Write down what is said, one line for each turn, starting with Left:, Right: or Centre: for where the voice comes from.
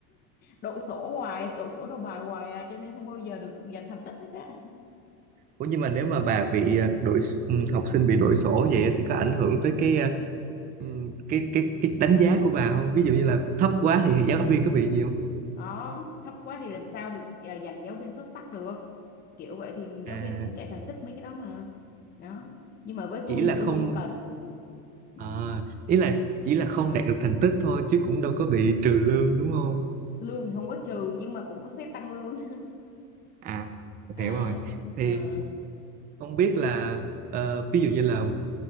Left: đội sổ hoài đội sổ đầu bài hoài à, cho nên không bao giờ được giành thành tích hết á
Right: Ủa nhưng mà nếu mà bà bị ờ, đội s- ừ, học sinh bị đội sổ vậy á, thì có ảnh
Left: ừ.
Right: hưởng tới cái ờ, ừ, cái cái cái đánh giá của bà không? Ví dụ như là thấp quá thì giáo viên có bị gì không?
Left: có thấp quá thì làm sao được à, giành giáo viên xuất sắc được kiểu vậy thì giáo
Right: À
Left: viên cũng chạy thành tích mấy cái đó mà đó nhưng mà với tôi
Right: chỉ là
Left: thì
Right: không
Left: tôi không cần ừ.
Right: à, ý là chỉ là không đạt được thành tích thôi chứ cũng đâu có bị trừ lương đúng không?
Left: lương thì không có trừ nhưng mà cũng có xét tăng lương
Right: À mình
Left: <laughs> à,
Right: hiểu rồi. Thì
Left: à,
Right: không biết là ờ, ví dụ như là